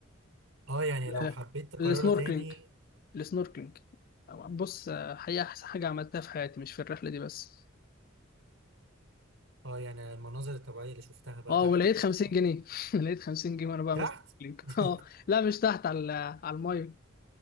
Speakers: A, on the right; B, on the left.
A: اه يعني لو
B: آه،
A: حبيت تكررها
B: السنوركلينج
A: تاني
B: السنوركلينج بص آه، حقيقه احسن حاجه عملتها في حياتي مش في الرحله دي بس
A: اه يعني المناظر الطبيعيه اللي شفتها بقى
B: اه
A: تحت
B: ولقيت
A: وكده
B: 50
A: صح
B: جنيه <laughs> لقيت 50 جنيه وانا بعمل
A: تحت
B: سنوركلينج
A: <laughs>
B: <laughs> اه لا مش تحت على على الميه